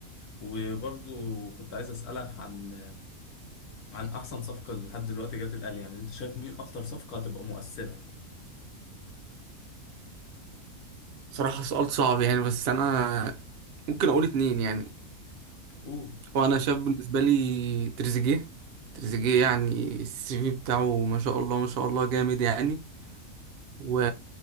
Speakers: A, on the left; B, on the right.
A: وبرضو كنت عايز اسالك عن عن احسن صفقه لحد دلوقتي جت الاهلي يعني انت شايف مين اكتر صفقه هتبقى مؤثره
B: صراحة سؤال صعب يعني بس انا ممكن اقول اتنين يعني
A: قول
B: وانا شايف بالنسبه لي تريزيجيه تريزيجيه يعني السي في بتاعه ما شاء الله ما شاء الله جامد يعني و...